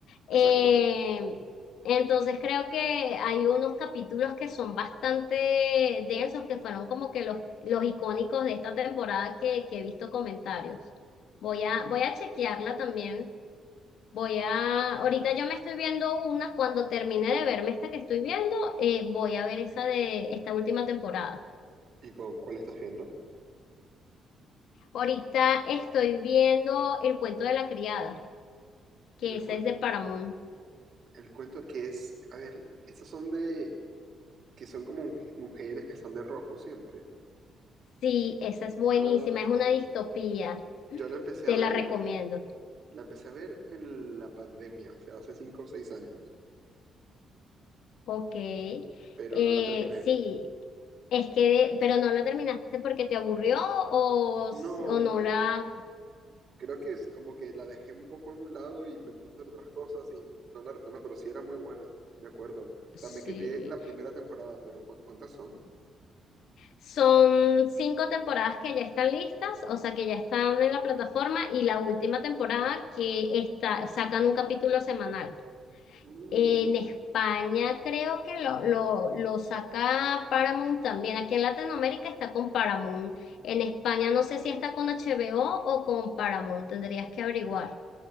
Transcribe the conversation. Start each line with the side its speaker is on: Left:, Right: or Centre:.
Left: Eh,
Right: Exacto.
Left: entonces creo que hay unos capítulos que son bastante densos, que fueron como que los, los icónicos de esta temporada que, que he visto comentarios. Voy a, voy a chequearla también. Voy a, ahorita yo me estoy viendo una, cuando termine de verme esta que estoy viendo, eh, voy a ver esa de esta última temporada.
Right: ¿Y con cuál estás viendo?
Left: Ahorita estoy viendo El cuento de la criada,
Right: El,
Left: que esa
Right: cuen-
Left: es de Paramount.
Right: el cuento que es, a ver, esas son de, que son como muj- mujeres que están de rojo siempre.
Left: Sí, esa es buenísima,
Right: Ah,
Left: es una distopía.
Right: yo la empecé
Left: Te
Right: a ver,
Left: la recomiendo.
Right: la empecé a ver en la pandemia, o sea, hace cinco o seis años,
Left: Ok. Eh,
Right: pero no la terminé.
Left: sí, es que, de- pero no la terminaste porque te aburrió o,
Right: No,
Left: s- o no la...
Right: creo que es como que la dejé un poco a un lado y me puse a hacer otras cosas y no la retomé, pero sí era muy buena, me acuerdo. O sea,
Left: Sí.
Right: me quedé en la primera temporada, pero ¿cu- cuántas son?
Left: Son cinco temporadas que ya están listas, o sea, que ya están en la plataforma y la última temporada que está, sacan un capítulo semanal.
Right: Mm,
Left: En España creo que lo, lo, lo saca Paramount también. Aquí en Latinoamérica está con Paramount. En España no sé si está con HBO o o con Paramount. Tendrías que averiguar.